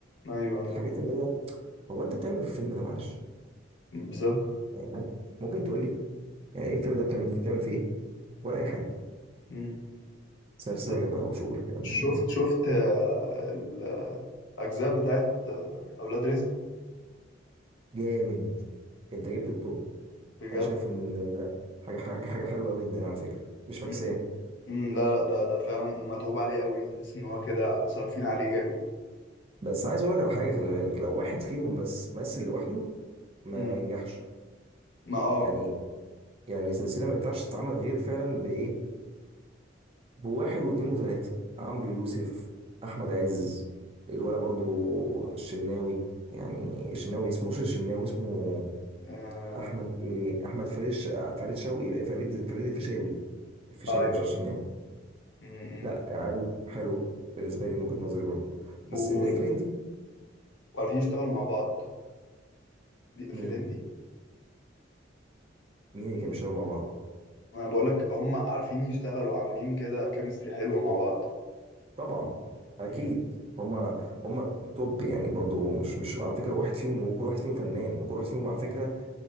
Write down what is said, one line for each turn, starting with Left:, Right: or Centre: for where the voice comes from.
Left: أيوه أيوه
Right: الحاجات اللي هي هو انت بتعمل في الفيلم ده معلش
Left: بالظبط
Right: يعني ممكن ممكن تقول لي يعني ايه الفيلم ده بتعمل بتعمل فيه ايه ولا اي حاجة
Left: مم.
Right: سرسجة
Left: طب
Right: بقى وشغل كده م-
Left: شفت شفت آه، الأجزاء بتاعت آه، أولاد رزق
Right: جامد انت جبت الطب
Left: بجد
Right: انا شايف ان لا، حاجة حاجة حاجة حلوة قوي جدا على فكرة مش فاكسان
Left: مم. مم. لا لا ده ده فعلا ومتعوب عليه قوي تحس إن هو كده صارفين عليه جامد
Right: بس عايز اقول لك على حاجة خلي بالك لو واحد فيهم بس مثل لوحده ما,
Left: مم.
Right: ما ينجحش
Left: ما اه
Right: يعني يعني السلسلة ما ينفعش تتعمل غير فعلا بإيه بواحد واثنين وثلاثة عمرو يوسف أحمد عز الولا برضو الشناوي يعني الشناوي اسمه مش الشناوي اسمه
Left: آه،
Right: أحمد إيه أحمد فريد الش- فريد شوقي فريد فريد الفيشاوي الفيشاوي
Left: آه، أيوه
Right: مش الشناوي
Left: أيوه مم. مم.
Right: لا عيال حلوة بالنسبة لي من وجهة نظري برضو بس
Left: و-
Right: أنت ليك في الهندي
Left: وعارفين يشتغلوا مع بعض في
Right: مين
Left: الهندي
Right: مين اللي
Left: مم.
Right: كان بيشتغل مع بعض
Left: ما أنا بقولك هم عارفين يشتغلوا عاملين كده كيمستري حلوة مع بعض
Right: طبعا أكيد
Left: مم.
Right: هما هما توب يعني برضو مش مش على فكرة واحد فيهم وكل واحد فيهم فنان وكل واحد فيهم على فكرة